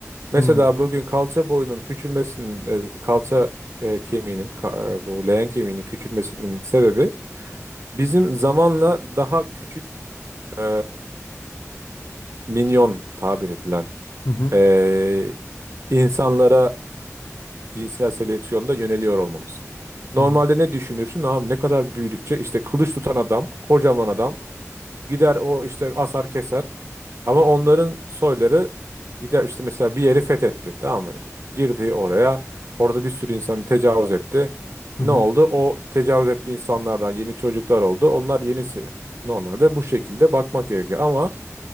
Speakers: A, on the right (about 55°); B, on the left (about 75°).
A: Mesela
B: Hı hı.
A: bugün kalça boyunun küçülmesinin, e, kalça e, kemiğinin, ka- e, bu leğen kemiğinin küçülmesinin sebebi bizim zamanla daha küçük e, minyon tabir edilen
B: Hı hı.
A: e, insanlara cinsel seleksiyonda yöneliyor olmamız. Normalde
B: Hı hı.
A: ne düşünürsün abi ne kadar büyüdükçe işte kılıç tutan adam, kocaman adam Gider o işte asar keser. Ama onların soyları gider işte mesela bir yeri fethetti tamam mı? Girdi oraya. Orada bir sürü insanı tecavüz etti.
B: Hı
A: Ne
B: hı.
A: oldu? O tecavüz ettiği insanlardan yeni çocuklar oldu. Onlar yenisi normalde bu şekilde bakmak gerekiyor. Ama